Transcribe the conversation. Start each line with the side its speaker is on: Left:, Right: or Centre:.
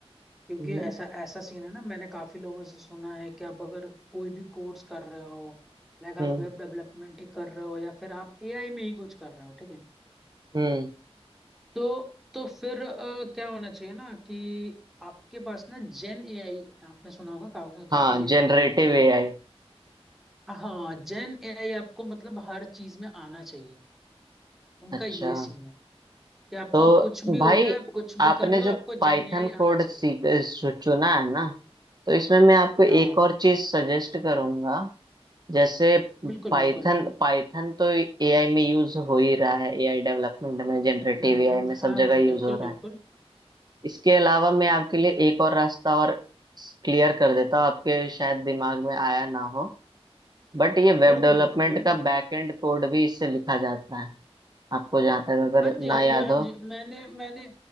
Centre: क्योंकि
Right: हम्म
Centre: ऐसा ऐसा सीन है ना मैंने काफी लोगों से सुना है कि आप अगर कोई भी कोर्स कर रहे हो लाइक
Right: हम्म
Centre: आप वेब डेवलपमेंट ही कर रहे हो या फिर आप एआई में ही कुछ कर रहे हो ठीक है
Right: हम्म,
Centre: तो तो फिर अ, क्या होना चाहिए ना कि आपके पास ना जेन एआई आपने सुना होगा का,
Right: हाँ
Centre: काफी नई
Right: जनरेटिव
Centre: टेक्नोलॉजी
Right: एआई
Centre: है हाँ जेन एआई आपको मतलब हर चीज में आना चाहिए उनका
Right: अच्छा
Centre: ये सीन है कि आपको
Right: तो
Centre: कुछ भी
Right: भाई
Centre: हो जाए आप कुछ
Right: आपने
Centre: भी कर लो
Right: जो
Centre: आपको
Right: पाइथन
Centre: जेन एआई
Right: कोड
Centre: आना चाहिए
Right: सीख सु- चुना है ना तो इसमें मैं आपको एक
Centre: हाँ हाँ
Right: और चीज सजेस्ट करूंगा जैसे
Centre: बिल्कुल
Right: पाइथन
Centre: बिल्कुल
Right: पाइथन तो एआई में यूज हो ही रहा है एआई डेवलपमेंट में जनरेटिव
Centre: हम्म
Right: एआई
Centre: हम्म,
Right: में सब
Centre: हाँ हाँ
Right: जगह
Centre: बिल्कुल
Right: यूज हो रहा
Centre: बिल्कुल
Right: है इसके अलावा मैं आपके लिए एक और रास्ता और क्लियर कर देता हूँ आपके शायद दिमाग में आया ना हो बट ये वेब
Centre: बिल्कुल
Right: डेवलपमेंट
Centre: बिल्कुल बोलिए
Right: का
Centre: ना
Right: बैकएंड कोड भी इससे लिखा जाता है आपको जहां तक अगर
Centre: हाँ जी
Right: ना
Centre: हाँ
Right: याद
Centre: जी हाँ
Right: हो
Centre: जी मैंने मैंने